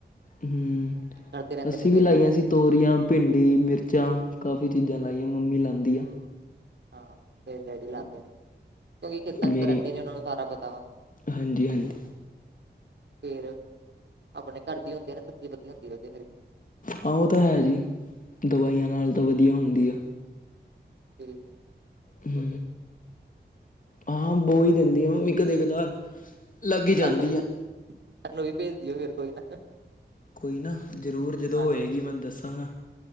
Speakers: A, on the left (about 45°); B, on the right (about 70°).
A: ਹੂੰ
B: ਕਰਦੇ ਰਹਿੰਦੇ
A: ਅਸੀ
B: ਨੇ ਮੇਰੇ
A: ਵੀ ਲਾਈਆਂ ਸੀ। ਤੋਰੀਆਂ ਭਿੰਡੀ ਮਿਰਚਾਂ ਕਾਫੀ ਚੀਜ਼ਾਂ ਲਾਈਆਂ ਮੰਮੀ ਲਾਂਦੀ ਆ।
B: ਹਾਂ ਮੇਰੇ ਡੈਡੀ ਲਾਂਦੇ ਨੇ। ਕਿਂਉਕਿ ਖੇਤਾਂ
A: ਮੇਰੀ
B: 'ਚ ਤਾਂ ਰਹਿੰਦੇ ਨੇ ਉਹਨਾਂ ਨੂੰ ਸਾਰਾ ਪਤਾ ਵਾ।
A: ਹਾਂਜੀ ਹਾਂਜੀ
B: ਫੇਰ ਆਪਣੇ ਘਰ ਦੀ ਹੁੰਦੀ ਆ ਨਾ ਸਬਜੀ ਵਧੀਆ ਹੁੰਦੀ ਵਧ
A: ਹਾਂ ਉਹ ਤਾਂ ਹੈ ਜੀ ਦਵਾਈਆਂ ਨਾਲ ਤਾਂ ਵਧੀਆ ਹੁੰਦੀ ਆ।
B: ਠੀਕ
A: ਹ ਹਾਂ ਬੋ ਹੀ ਦਿੰਦੀ ਆ ਮੰਮੀ ਕਦੇ ਕਦਾਰ ਲੱਗ
B: ਸਾਨੂੰ
A: ਹੀ ਜਾਂਦੀ
B: ਵੀ
A: ਆ।
B: ਸਾਨੂੰ ਵੀ ਭੇਜਦੀਓ ਫੇਰ ਕੋਈ ਨਾ
A: ਕੋਈ ਨਾ ਜ਼ਰੂਰ ਜਦੋਂ
B: ਹਾਂਜੀ
A: ਹੋਏਗੀ ਮੈਨੂੰ ਦੱਸਾਂਗਾ